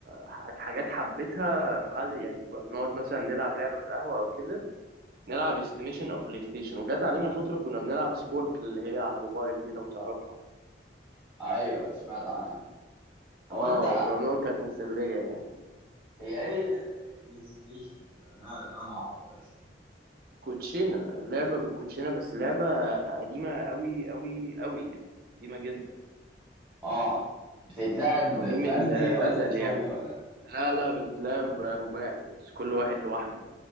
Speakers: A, on the right; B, in the centre.
A: ح- حاجات حبيتها في قعدة يعني كنا بنقعد مثلا نلعب لعبة في القهوة أو كده نلعب استيميشن أو بلاي ستيشن وجات علينا فترة كنا بنلعب سبورك اللي هي على الموبايل دي لو تعرفها
B: ايوه سمعت عنها هو
A: اه
B: انت
A: كنا بنقعد كانت مسلية يعني.
B: هي ايه الاستيميشن دي لان انا أنا ما اعرفهاش
A: كوتشينة لعبة بالكوتشينة بس لعبة قديمة قوي قوي قوي يعني قديمة جدا
B: اه بتتلعب
A: من قديم
B: فردي
A: الأزل
B: ولا زوجي
A: يعني
B: ولا
A: لا لا بتتلعب رباعي بس كل واحد لوحده